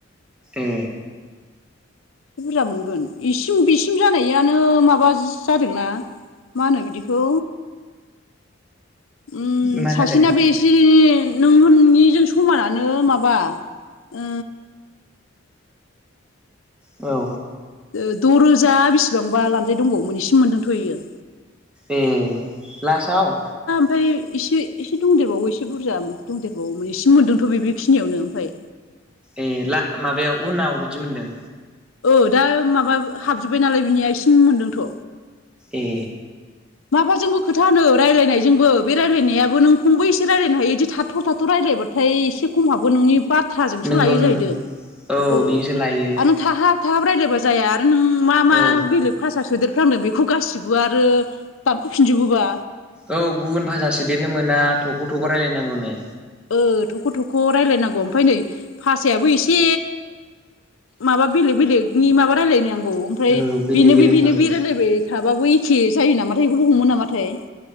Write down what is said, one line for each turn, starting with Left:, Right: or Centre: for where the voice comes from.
Centre: ए
Left: एसे बुरजा मोनगोन बेसिम बिसिम जानायानो माबा जादोंना मा होनो बिदिखौ उम
Centre: मा
Left: ससिनाबो
Centre: जादों
Left: एसे नोंनिजों समानानो माबा ओ
Centre: औ
Left: ओ द' रोजा बेसेबांबा लान्जाय दंबावोमोन इसिम मोनदोंथ'यो
Centre: ए लासआव
Left: ओमफ्राय एसे एसे दंदेरबावो एसे बुरजा दंदेरबावो मे एसेम मोन्दोंथ' बे बेखिनियावनो ओमफ्राय
Centre: ए ला माबायाव उनाव बिदि मोनदों
Left: औ दा माबा हाबजोब्बाय नालाय बिनिया एसिम मोनदोंथ'
Centre: ए
Left: माबाजोंबो खोथा होनो रायल्लायनायजोंबो बे रायजलायनायाबो नों फंबो एसे रायज्लायनो हायो बिदि थाथ' थाथ' रायलदों बाथाय एसे खम हाबगोन नोंनि बाथ्राजोंसो
Centre: नंगौ
Left: लायो
Centre: नंगौ
Left: जाहैदों औ
Centre: बेजोंसो लायो
Left: आरो नों थाहाब थाहाब रायज्लायबा जाया आरो नों मा मा
Centre: औ
Left: बेलेग भाषसा सोदेरफ्लांदों बेखौ गासिबो आरो दानख'फिनजोबोबा
Centre: औ गुबुन भाष सो देरनो मोना थख' थख' रायजलायनांगौनो।
Left: ओ थख' थख' रायजलायनांगौ ओमफ्राय नै भासायाबो एसे माबा बेलेग बेलेगनि माबा रायजलायनो आं आबौ ओमफ्राय
Centre: औ बेलेग
Left: बेनोबो
Centre: बेलेग होनबाबो
Left: बेनो बेरायलायबाय थाबाबो एखे जायो नामाथायखौब हममोन नामाथाय।